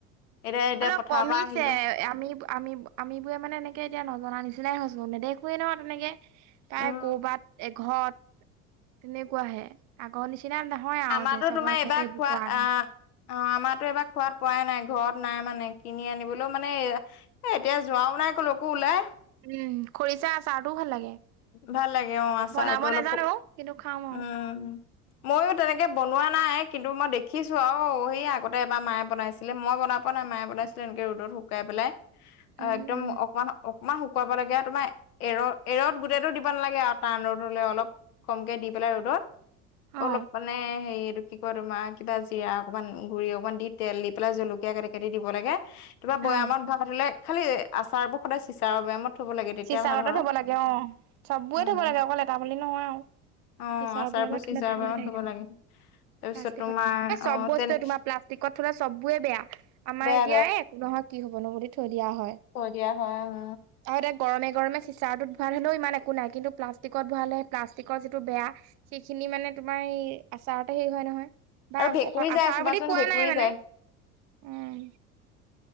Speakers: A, on the left (about 75°); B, on the right (about 40°).
A: এতিয়া এতিয়া
B: অলপ
A: পথাৰৰ
B: কমিছে
A: পৰা আহিলে
B: আমি আমি আমবোৰে মানে এনেকে এতিয়া নজনা নিচিনা নিচিনাই হৈছোঁ নেদেখোৱেই নহয় তেনেকে প্ৰায়
A: উম,
B: কৰ'বাত এক ঘৰত তেনেকুৱাহে আগৰ নিচিনা নিচিনা নহয় আৰু
A: আমাৰতো
B: যেচা
A: তোমাৰ
B: বৌ আগতে
A: এইবাৰ
B: এইবোৰ
A: খোৱা
B: কোৱা।
A: আহ অ' আমাৰতো এবাৰ খোৱাত পোৱাই নাই ঘৰত নাই মানে কিনি আনিবলৈও মানে এ এতিয়া যোৱাও নাই। কলোকো ওলায়।
B: উম, খৰিচা আচাৰ টোও ভাল লাগে।
A: ভাল লাগে অ' আচাৰটো
B: বনাব
A: অলপ
B: নাজানো
A: শুক
B: কিন্তু খাম আৰু
A: উম। মইয়ো তেনেকে বনোৱা নাই। কিন্তু মই দেখিছোঁ আৰু সেই আগতে এবাৰ মায়ে বনাইছিলে মই বনাব বনাই মায় বনাইছিলে এনেকে ৰ'দত শুকাই পেলাই। অ'
B: উম
A: একদম
B: উম
A: অকমান অকমান শুকুৱাব লাগে আৰু তোমাৰ এৰ এৰৰত গোটেইতটো দিব নালাগে আৰু টান ৰ'দলে অলপ কমকে দি পেলাই ৰ'দত
B: অ
A: অলপ মানে হেৰিত এইটো কি কয় তোমাৰ কিবা জিৰা অকণমান গুৰি অকমান দি তেল দি পেলাই জলকীয়া কাটি কাটি দিব লাগে। তোমাৰ বৈয়ামত
B: অ
A: ভয়াই থ'লে খালি আছাৰ বোৰৰ সদায় চিচাৰৰ বৈয়ামত থব লাগে তেতিয়া
B: চিচাৰতে
A: ভাল হয়
B: থ'ব লাগে অ' চবেৰ
A: উম
B: থ'ব লাগে অকল এটা বুলি নহয় আৰু
A: অ'
B: চিচাৰ
A: আচাৰ
B: বৈয়ামত
A: বোৰৰ চিচাৰ
B: থলে ভাল
A: বৈয়ামত
B: হৈ থাকে
A: থ'ব লাগে। তাৰপিছত
B: প্লাষ্টিকত
A: তোমাৰ
B: এই চ'ব
A: অ
B: বস্তুৱয়ে
A: তেনে
B: তোমাৰ প্লাষ্টিকত থ'লে চ'ববোৰে বেয়া আমাৰ
A: বেয়া
B: এতিয়া এই একো নহয় কি হ'ব। বনো বুলি থৈ দিয়া হয়
A: কয় দিয়া হয় উম।
B: আৰু এতিয়া গৰমে গৰমে চিচাৰটোত ভৰালে হেনোও ইমান একো নাই। কিন্তু প্লাষ্টিকত ভৱালে প্লাষ্টিকৰ যিটো বেয়া সেইখিনি মানে তোমাৰ এই আচাৰতে হেৰি হয় নহয়। বা
A: আৰু
B: অ'
A: ভেকুৰী যায়
B: আছাৰ
A: চাবাচোন
B: বুলি কোৱা
A: ভেকুৰী
B: নাই মানে
A: যায়
B: উম।